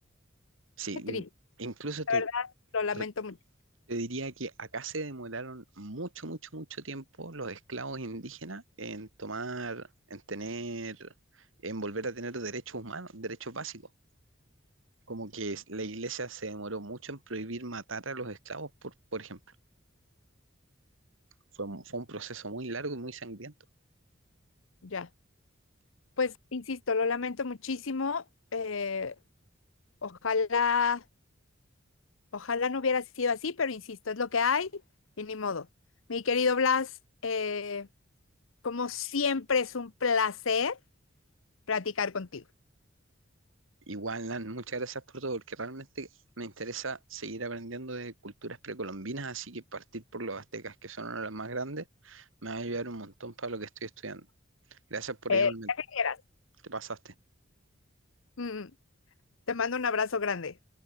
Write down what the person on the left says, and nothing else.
Qué triste,
de verdad, lo lamento
mucho.
Ya, pues insisto, lo lamento muchísimo. eh, ojalá Ojalá no hubiera sido así, pero insisto, es lo que hay y ni modo. Mi querido Blas, eh, como siempre es un placer platicar contigo.
Eh,
ya que quieras.
Mm, te mando un abrazo grande.